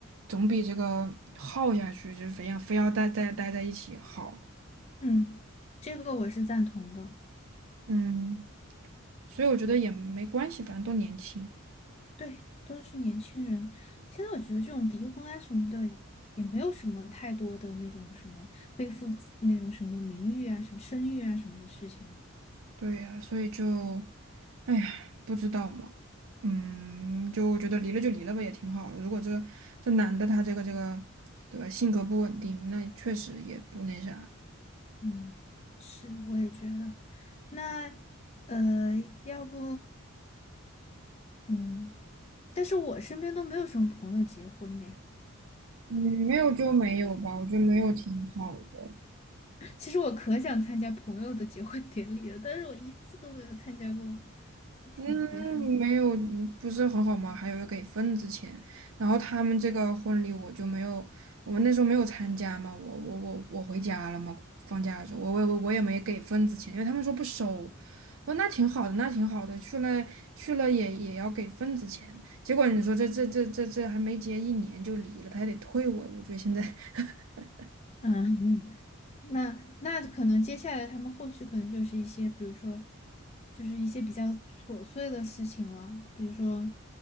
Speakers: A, on the right; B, on the left.
A: 总比这个耗下去，就非要非要待待待在一起好，
B: 嗯，这个我是赞同的。
A: 嗯。所以我觉得也没关系，反正都年轻。
B: 对，都是年轻人。现在我觉得这种离婚啊什么的，也没有什么太多的那种什么背负自那种什么名誉啊、什么声誉啊什么的事情。
A: 对呀，所以就，哎呀，不知道嘛，嗯，就我觉得离了就离了吧，也挺好的。如果这个这男的他这个这个，对吧，性格不稳定，那确实也不那啥。
B: 嗯，是，我也觉得。那呃，要不嗯，但是我身边都没有什么朋友结婚呢。
A: 嗯，没有就没有吧，我觉得没有挺好的。
B: <laughs> 其实我可想参加朋友的结婚典礼了，但是我一次都没有参加过，挺遗憾。
A: 嗯，没有，嗯不是很好吗？还有要给份子钱，然后他们这个婚礼我就没有，我们那时候没有参加嘛，我我我我回家了嘛，放假的时候，我我我我也没给份子钱，因为他们说不收，我说那挺好的，那挺好的，去了去了也也要给份子钱，结果你说这这这这这还没结一年就离了，他还得退我，我觉得现在，<laughs>
B: 嗯，那那可能接下来他们后续可能就是一些，比如说，就是一些比较琐碎的事情了，比如说，